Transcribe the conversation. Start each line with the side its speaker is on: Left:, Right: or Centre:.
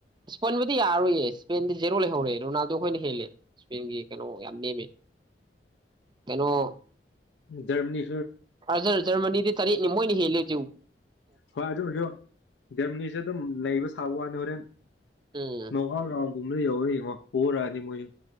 Right: ꯁ꯭ꯄꯨꯟꯕꯨꯗꯤ ꯌꯥꯔꯣꯏꯌꯦ ꯁ꯭ꯄꯦꯟꯗꯤ ꯖꯦꯔꯣ ꯂꯩꯍꯧꯔꯦ, ꯔꯣꯅꯥꯜꯗꯣ ꯈꯣꯏꯅ ꯍꯦꯜꯂꯦ ꯁ꯭ꯄꯦꯟꯒꯤ ꯀꯩꯅꯣ ꯌꯥꯝ ꯅꯦꯝꯃꯦ꯫ ꯀꯩꯅꯣ
Left: ꯖꯔꯃꯥꯅꯤ
Right: ꯑꯖꯔ ꯖꯔꯃꯅꯤꯗꯤ ꯇꯔꯦꯠꯅꯦ ꯃꯣꯏꯅꯤ ꯍꯦꯜꯂꯦ꯫ ꯌꯎ
Left: ꯍꯣꯏ ꯑꯗꯨꯕꯨꯁꯨ ꯖꯔꯃꯅꯤꯖꯠ ꯑꯗꯨꯝ ꯂꯩꯕ ꯁꯥꯕ ꯋꯥꯅꯤ ꯍꯧꯔꯦꯟ
Right: ꯎꯝ
Left: ꯅꯣꯛꯑꯧꯠ ꯔꯎꯧ ꯄꯨꯝꯕ ꯌꯧꯕ꯭ꯔ ꯌꯦꯡꯉꯣ ꯄꯣꯔꯅꯤ ꯃꯣꯏꯁꯨ